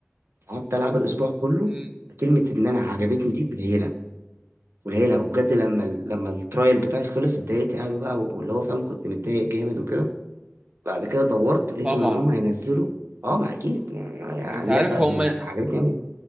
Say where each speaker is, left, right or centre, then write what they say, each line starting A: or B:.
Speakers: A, on the right; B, on the right.
A: قعدت العب الاسبوع كله
B: امم
A: كلمه ان انا عجبتني دي قليله قليله وبجد لما ال- لما الترايل بتاعي خلص اتضايقت قوي بقى واللي هو فاهم كنت متضايق جامد وكده بعد كده دورت لقيتهم
B: طبعا
A: ان هم هينزلوا اه ما اكيد يعني
B: انت
A: اللعبه
B: عارف
A: ادمنت
B: هم
A: عجبتني قوي